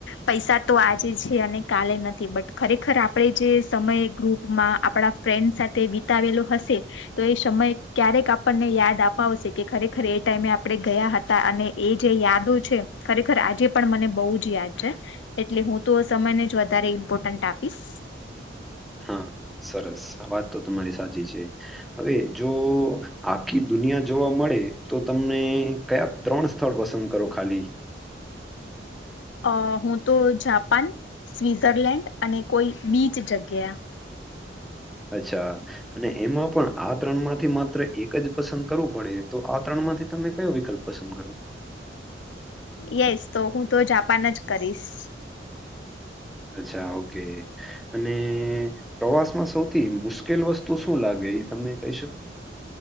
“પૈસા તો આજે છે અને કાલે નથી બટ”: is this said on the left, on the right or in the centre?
Left